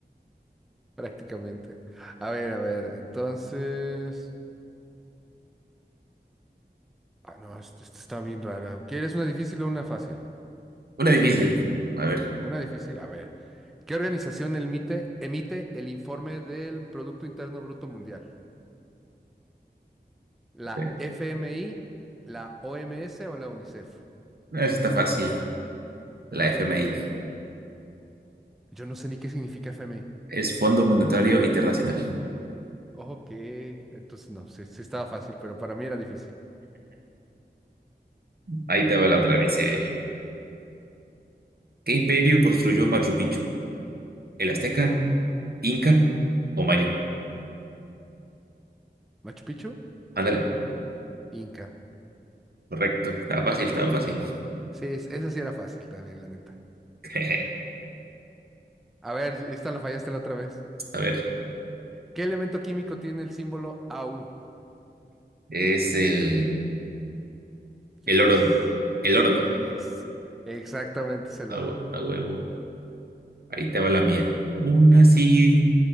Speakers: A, in the centre; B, on the right.
A: prácticamente. A ver, a ver, entonces. Ah, no, esta esta está bien rara. ¿Quieres una difícil o una fácil?
B: Una difícil. A ver,
A: Una difícil, a ver. ¿Qué organización emite, emite el informe del Producto Interno Bruto Mundial? ¿La
B: eh,
A: FMI, la OMS o la UNICEF?
B: no, esa está fácil. La FMI.
A: Yo no sé ni qué significa FMI.
B: Es Fondo Monetario Internacional.
A: Ok, entonces no, sí, sí estaba fácil, pero para mí era difícil.
B: Ahí te va la otra. Dice, ¿qué imperio construyó Machu Picchu? ¿El Azteca, Inca o Maya?
A: ¿Machu Picchu?
B: Ándale,
A: Inca.
B: correcto. estaba fácil, estaba fácil.
A: Sí, es- esa sí era fácil también, la neta.
B: <laughs>
A: A ver, si, esta la fallaste la otra vez.
B: A ver,
A: ¿Qué elemento químico tiene el símbolo AU?
B: es el,
A: ¿Quieres?
B: el oro. El oro, ¿no?
A: Ex. Exactamente, es el
B: A
A: oro.
B: hue- a huevo. Ahí te va la mía. Una así